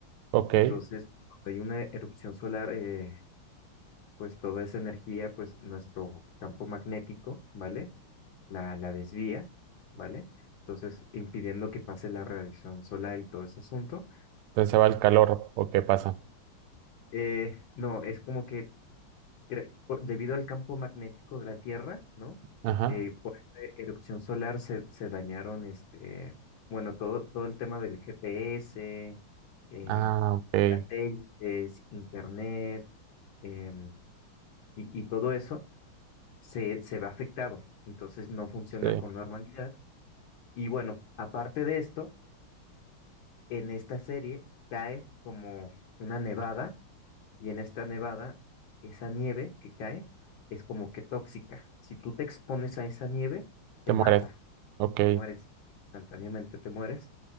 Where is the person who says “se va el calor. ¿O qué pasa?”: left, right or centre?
Right